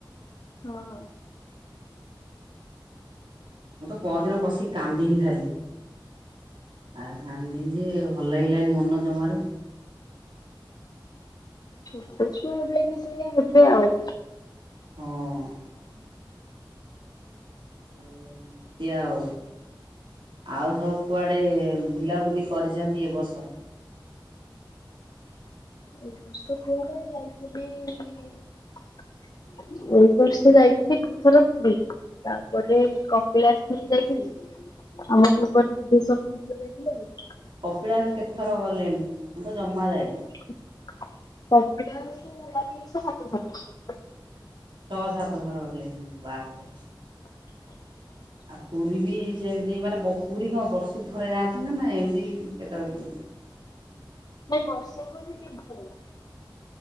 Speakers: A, on the left; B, on the right.
A: ହଁ।
B: ମୁଁ ତ ପରଦିନ ବସିକି କାନ୍ଦିନି ଖାଲି। ଆଉ କାନ୍ଦିନି ଯେ ଭଲ ଲାଗିଲାଣି ମନ ଜମାରୁ
A: ଛୋଟ ଛୁଆ ହେବେନି ସେଇଆ ହେବେ ଆଉ
B: ହଁ ଆ ସେଆଉ ଆଉ ସବୁ କୁଆଡ଼େ ବୁଲାବୁଲି କରିଛନ୍ତି ଏ ବର୍ଷ?
A: ଏ ବର୍ଷରେ ଯାଇଥିଲି ଏଇ ବର୍ଷ ଯାଇଥିଲି ଦି ଥର ପୁରୀ ତାପରେ କପିଳାଶର ଯାଇଥିଲି ଆମ ଭୁବନ ବୁଦ୍ଧେଶ୍ଵର ମନ୍ଦିର ଯାଇଥିଲି ଆଉ
B: କପିଳାସ କେତେଥର ଗଲେଣି ମୁଁ ତ ଜମା ଯାଇନି।
A: ଖ <inaudible>
B: ଛଅ ସାତଥର ଗଲେଣି ବାପରେ
A: <inaudible>
B: ଆଉ ପୁରୀ ବି ସେମିତି ମାନେ ପୁରୀ କଣ ବର୍ଷକୁ ଥରେ ଯାଆନ୍ତି ନା ନା ଏମିତି କେତେବେଳେ କେମିତି?
A: ନାଇଁ ବର୍ଷକୁ ଦି ତିନିଥର ହୁଏ